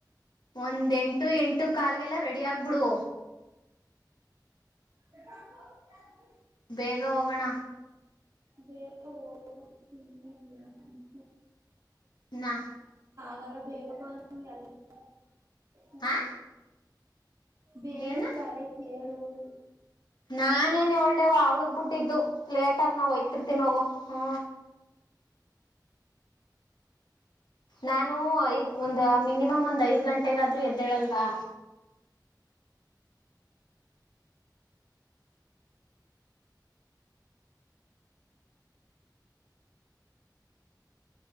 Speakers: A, on the left; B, on the right.
A: ಒಂದ್ ಎಂಟು ಎಂಟು ಕಾಲ್ಗೆಲ್ಲ ರೆಡಿ ಆಗ್ಬಡು
B: ಗೆಟಪ್ ಯೆಸ್ ಮ್ಯಾಮ್
A: ಬೇಗ ಹೋಗೋಣ
B: ಬೇಗಾ ಹೋಗೋಣ ಸುಮ್ನೆ ಎನಕ್
A: ನಾ
B: ನಾಳೆ ಬೇಗ ಬಾ ಅನ್ನು ಎಲ್ಲಾ ಆಯ್ತ್ ಹ್ಮ್
A: ಹಾ
B: ಬೇಗಾ
A: ಏನ
B: ಬರಕ್ಕ ಕೇಳು ಅಂದೆ
A: ನಾನೇನ್ ಯೋಳವ್ವ ಅವ್ಳಗ್ ಬುಟ್ಟಿದ್ದು ಲೇಟ್ ಆದ್ರ ನಾ ಹೋಯ್ತಿರ್ತೀನಿ ಹೋಗೋ ಹ ನಾನು ಐದ್ ಒಂದ ಮಿನಿಮಮ್ ಒಂದ ಐದ ಗಂಟೆಗಾದರೂ ಎದ್ದೇಳಲ್ವಾ